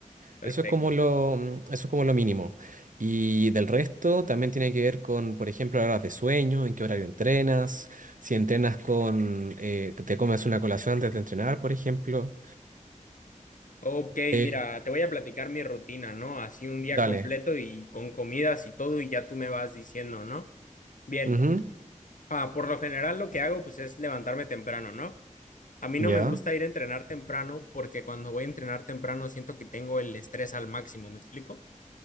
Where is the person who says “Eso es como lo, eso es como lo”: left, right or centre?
Right